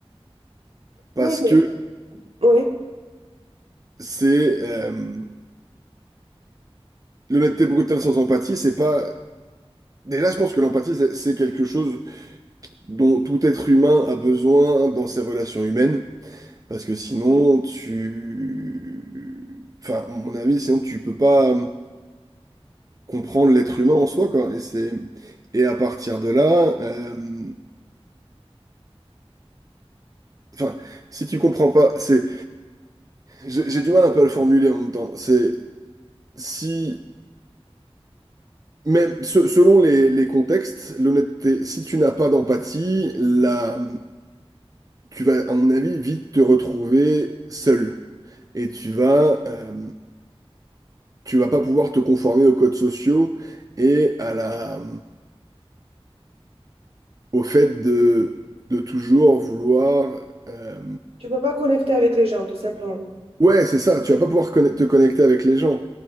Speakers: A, on the right (about 70°); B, on the right (about 35°).
A: Oui,
B: Parce
A: mais
B: que
A: oui,
B: c'est... euh, l'honnêteté brutale sans empathie, c'est pas... Déjà, je pense que l'empathie, c'est c'est quelque chose dont tout être humain a besoin dans ses relations humaines. Parce que sinon, tu... Enfin, à mon avis, sinon, tu peux pas comprendre l'être humain en soi, quoi. Et c'est... Et à partir de là... euh, Enfin, si tu comprends pas... c'est... J'ai j'ai du mal un peu à le formuler en même temps. C'est... Si... Mais se- selon les, les contextes, l'honnêteté, si tu n'as pas d'empathie, la- tu vas, à mon avis, vite te retrouver seul. Et tu vas, euh, tu vas pas pouvoir te conformer aux codes sociaux et à la, au fait de, de toujours vouloir... euh,
A: tu peux pas connecter avec les gens, tout simplement.
B: ouais, c'est ça, tu vas pas pouvoir conne- te connecter avec les gens.